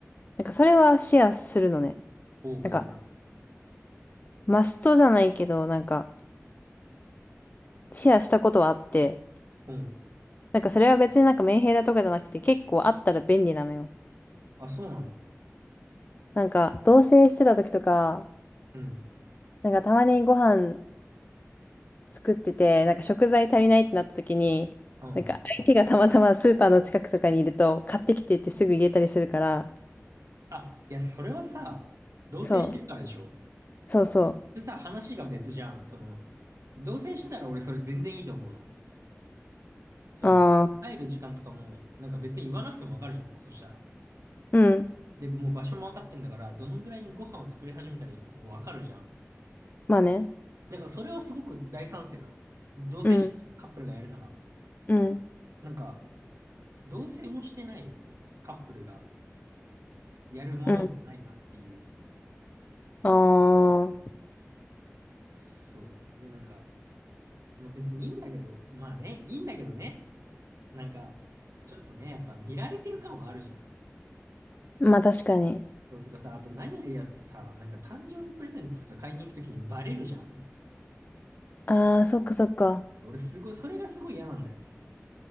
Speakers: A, on the left (about 35°); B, on the right (about 85°).
A: なんかそれはシェアするのね。
B: ほうほうほう。
A: なんか、マストじゃないけど、なんか、シェアしたことはあって、
B: うん。
A: なんかそれは別になんかメンヘラとかじゃなくて結構あったら便利なのよ。
B: あ、そうなんだ。
A: なんか、同棲してた時とか、
B: うん。
A: なんかたまにご飯作ってて、なんか食材足りないってなった時に、
B: うん。
A: なんか相手がたまたまスーパーの近くとかにいると、買ってきてってすぐ言えたりするから、
B: あ、いや、それはさ、同棲してるからでしょ。
A: そう、そうそう。
B: でさ、話が別じゃん。その、同棲してたら俺それ全然いいと思うの。その、
A: ああ、
B: 帰る時間とかも、なんか別に言わなくてもわかるじゃん、もうそしたら。
A: うん、
B: で、もう場所も分かってんだから、どのぐらいにご飯を作り始めたらいいとかも分かるじゃん。
A: まあね。
B: だからそれはすごく大賛成なの。同棲してるカップルがやるなら。
A: うん、うん、
B: なんか、同棲もしてないカップルがやるものじゃないなっていう。
A: うん。ああ、
B: そう。で、なんか、まあ、別にいいんだけど、まあね、いいんだけどね。なんか、ちょっとね、やっぱ見られてる感はあるじゃん。
A: まあ確かに。
B: そうとかさ、あと何が嫌ってさ、なんか誕生日プレゼントとか買いに行くときにバレるじゃん。
A: ああ、そっかそっか。
B: 俺すごい、それがすごい嫌なんだよね。